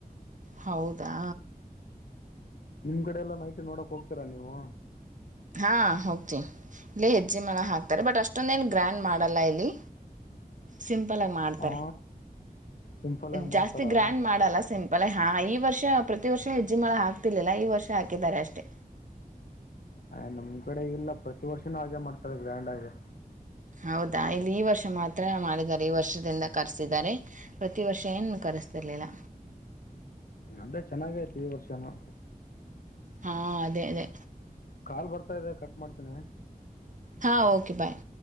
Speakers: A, on the right; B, on the left.
A: ಹೌದಾ?
B: ನಿಮ್ ಕಡೆ ಎಲ್ಲ ನೈಟ್ ನೋಡಕ್ ಹೋಗ್ತೀರ ನೀವು?
A: ಹಾ ಹೋಗ್ತಿನೀ ಇಲ್ಲ ಹೆಜ್ಜೆ ಮಳ ಹಾಕ್ತಾರೆ ಬಟ್ ಅಷ್ಟೊಂದ್ ಏನು ಗ್ರ್ಯಾಂಡ್ ಮಾಡಲ್ಲ ಇಲ್ಲಿ.
B: <unintelligible>
A: ಸಿಂಪಲ್ ಆಗಿ ಮಾಡ್ತಾರೆ
B: ಆ ಸಿಂಪಲ್ ಆಗಿ ಮಾಡ್ತಾರಾ
A: ಜಾಸ್ತಿ ಗ್ರ್ಯಾಂಡ್ ಮಾಡಲ್ಲ ಸಿಂ ಬಲ್ಲ ಹಾ ಈ ವರ್ಷ ಪ್ರತಿ ವರ್ಷ ಹೆಜ್ಜೆ ಮಳ ಹಾಕ್ತಿರ್ಲಿಲ್ಲ ಈ ವರ್ಷ ಹಾಕಿದ್ದಾರೆ ಅಷ್ಟೇ
B: ಆ್ ನಮ್ ಕಡೆ ಈ ಇಲ್ಲ ಪ್ರತಿ ವರ್ಷನೂ ಹಾಗೆ ಮಾಡ್ತಾರೆ ಗ್ರ್ಯಾಂಡ್ ಹಾಗೆ
A: ಹೌದಾ ಇಲ್ಲಿ ಈ ವರ್ಷ ಮಾತ್ರ ಮಾಡಿದ್ದಾರೆ ಈ ವರ್ಷದಿಂದ ಕರೆಸಿದ್ದಾರೆ ಪ್ರತಿ ವರ್ಷ ಏನ್ ಕರೆಸ್ತಿರ್ಲಿಲ್ಲ
B: ಅದ್ರೆ ಚೆನ್ನಾಗಯ್ತ್ ಈ ವರ್ಷನ
A: ಹಾ ಅದೇ ಅದೇ
B: ಕಾಲ್ ಬರ್ತಾ ಇದೆ ಕಟ್ ಮಾಡ್ತೀನಿ
A: ಹಾಂ ಓಕೆ ಬಾಯ್